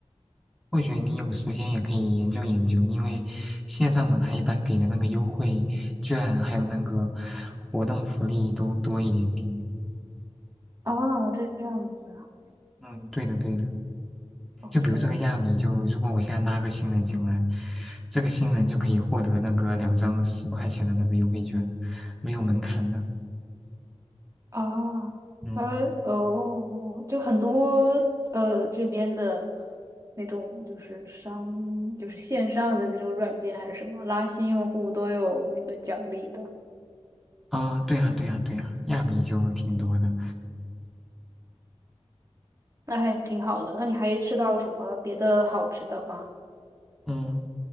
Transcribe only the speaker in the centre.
或许你有时间也可以研究研究，因为线上的它一般给的那个优惠券还有那个活动福利都多一点点。
嗯，对的对的，
就比如这个亚米，
就如果我现在拉个新人进来，这个新人就可以获得那个两张十块钱的那个优惠券，没有门槛的。
嗯，
啊，对呀对呀对呀，亚米就挺多的。
嗯，